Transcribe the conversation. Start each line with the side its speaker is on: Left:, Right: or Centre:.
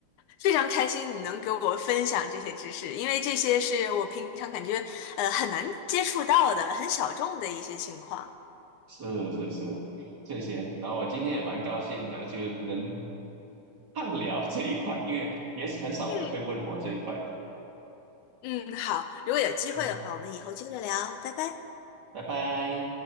Left: 非常开心你能给我分享这些知识，因为这些是我平常感觉呃很难接触到的、很小众的一些情况。
Right: 是是是，这些。然后我今天也蛮高兴的，就能畅聊这一块，因为也是很少人会问我这一块。
Left: 嗯嗯，好，如果有机会的话，
Right: 嗯，
Left: 我们以后接着聊，拜拜。
Right: 拜拜。